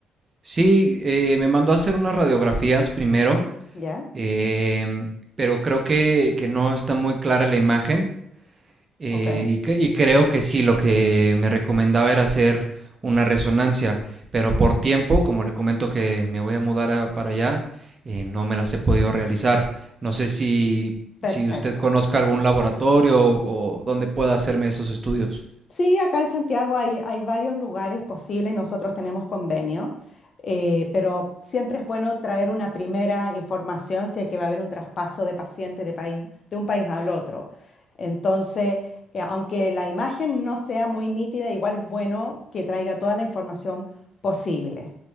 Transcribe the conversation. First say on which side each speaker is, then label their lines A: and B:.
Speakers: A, on the right; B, on the left.
A: Sí, eh, me mandó a hacer unas radiografías primero,
B: ¿Ya?
A: em, pero creo que, que no está muy clara la imagen. Eh,
B: Ok.
A: y, cre- y creo que sí, lo que me recomendaba era hacer una resonancia, pero por tiempo, como le comento que me voy a mudar a- para allá, eh, no me las he podido realizar. No sé si, si
B: Perfecto.
A: usted conozca algún laboratorio o donde pueda hacerme esos estudios.
B: Sí, acá en Santiago hay, hay varios lugares posibles, nosotros tenemos convenio, eh, pero siempre es bueno traer una primera información si es que va a haber un traspaso de pacientes de país, de un país al otro. Entonces, eh, aunque la imagen no sea muy nítida, igual es bueno que traiga toda la información posible,